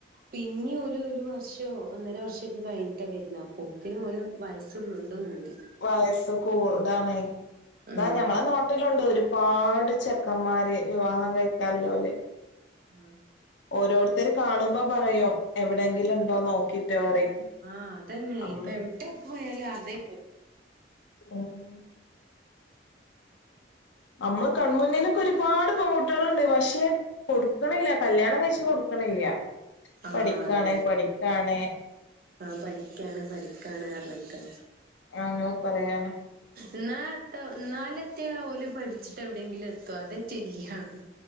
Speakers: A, on the right (about 50°); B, on the left (about 70°).
A: പിന്നേം ഓല് ഒരു ഒരു വർഷോ ഒന്നര വർഷക്കെ കഴിഞ്ഞിട്ട വരുന്ന. അപോക്കിനി ഒരേ വയസ്സ് വീണ്ടും കൂടി.
B: വയസ്സസ് കൂടാണ് ഇതാ
A: ഉം
B: ഞങ്ങളെ നാ ട്ടിലുണ്ട് ഒരുപാട് ചെക്കന്മാര് വിവാഹം കഴിക്കാതോൽ.
A: ആഹ്.
B: ഓരോരുത്തർ കാണുമ്പോ പറയോ എവിടെങ്കിലും ഉണ്ടേ നോക്കിട്ടോ പറയും.
A: ആഹ് അതന്നെ
B: അമ്മ
A: ഇപ്പ എവിടെ പോയാലും അതേ
B: ആഹ്. നമ്മള് കൺമുന്നിലൊക്കെ ഒരുപാട് പെൺകുട്ടികൾണ്ട് പക്ഷേ. കൊടുക്കണില്ല കല്യാണം കഴിച്ച് കൊടുക്കണില്ല.
A: ആഹ
B: പഠിക്കാണ്
A: അതെ
B: പഠിക്കാണ്
A: ആ പഠിക്കാണ് പഠിക്കാണ് പറഞ്ഞക്കാ.
B: ആങ്ങനെ പറയാ
A: ഇന്നാ എത്തൊ ഇന്നാലെ ഓല് പഠിച്ചിട്ടെവ്ടെങ്കിലും എത്തോ അതെറ്റ ഇല്ലിയാണു.